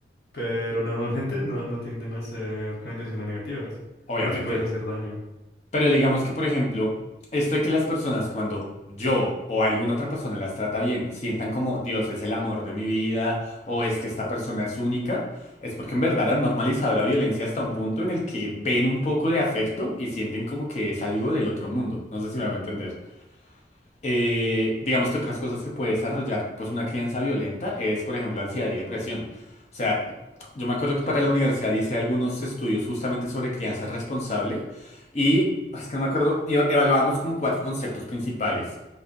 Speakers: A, on the left (about 65°); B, on the left (about 40°).
A: pero normalmente no, no tienden a ser con intenciones negativas,
B: Obviamente.
A: pero sí puedes hacer daño.
B: Pero digamos que, por ejemplo, esto de que las personas cuando yo o alguna otra persona las trata bien, sientan como Dios es el amor de mi vida o es que esta persona es única, es porque en verdad han normalizado la violencia hasta un punto en el que ven un poco de afecto y sienten como que es algo del otro mundo. No sé si me voy a entender. Eh, digamos que otras cosas que puede desarrollar pues una crianza violenta es, por ejemplo, ansiedad y depresión. O sea, yo me acuerdo que
A: Sí,
B: para la universidad hice algunos estudios justamente sobre crianza responsable y es que no me acuerdo, y evaluábamos como cuatro conceptos principales